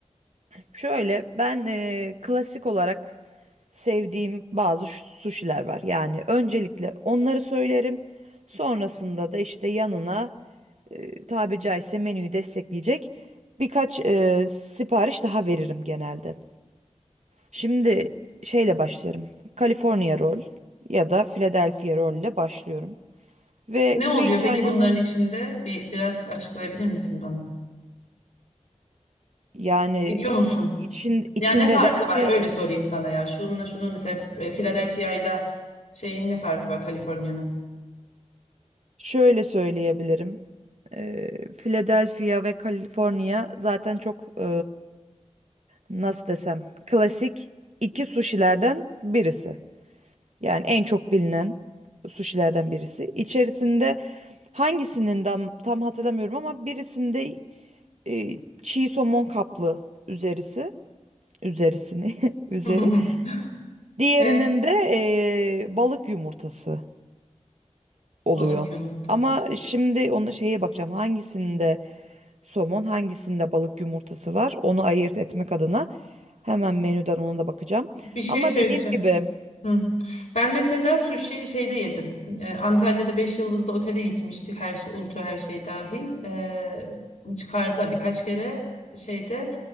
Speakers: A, on the right; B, on the left.
A: şöyle ben e, klasik olarak sevdiğim bazı şu- suşiler var. Yani öncelikle onları söylerim. Sonrasında da işte yanına e, tabiri caizse menüyü destekleyecek birkaç e, sipariş daha veririm genelde. Şimdi şeyle başlarım. California Roll ya da Philadelphia Roll ile başlıyorum. Ve
B: Ne
A: Quick
B: oluyor
A: China'nın
B: peki bunların içinde? Bir, biraz açıklayabilir misin bana?
A: yani
B: Biliyor musun?
A: için, içinde
B: Ya ne farkı
A: derken
B: var? Öyle sorayım sana ya. Şununla şunun mesela e, Philadelphia ile şeyin ne farkı var Kaliforniya'nın?
A: şöyle söyleyebilirim. Ee, Philadelphia ve California zaten çok ee, nasıl desem klasik iki suşilerden birisi. Yani en çok bilinen suşilerden birisi. İçerisinde hangisinin tam, tam hatırlamıyorum ama birisinde e, çiğ somon kaplı üzerisi üzerisini <laughs> üzeri.
B: <laughs>
A: Diğerinin
B: E,
A: de e, balık yumurtası oluyor.
B: balık yumurtası.
A: Ama şimdi onu şeye bakacağım hangisinde somon hangisinde balık yumurtası var onu ayırt etmek adına hemen menüden ona da bakacağım.
B: Bir şey
A: Ama
B: söyleyeceğim.
A: dediğim gibi
B: Hı. Ben mesela sushi şeyde yedim. Ee, Antalya'da 5 yıldızlı otele gitmiştik. Her şey, ultra her şey dahil. Ee, çıkardılar birkaç kere şeyde